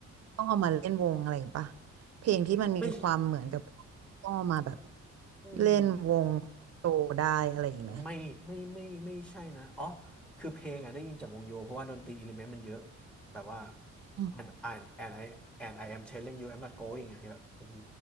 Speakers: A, on the right; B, in the centre.
A: ต้องเอามาเล่นวงอะไรอย่างงี้ป่ะเพลงที่มันมีความเหมือนกับ
B: ไม่ใช่
A: ต้องเอามาแบบ
B: อืม
A: เล่นวงโตได้อะไรอย่างงี้ไหม
B: ไม่ไม่ไม่ไม่ใช่นะอ๋อคือเพลงอ่ะได้ยินจากวงโยเพราะว่าดนตรีอิเลเมนต์มันเยอะแบบว่า
A: อืม
B: and and and I and I am telling you I'm not going อ่ะแบบโอ้โห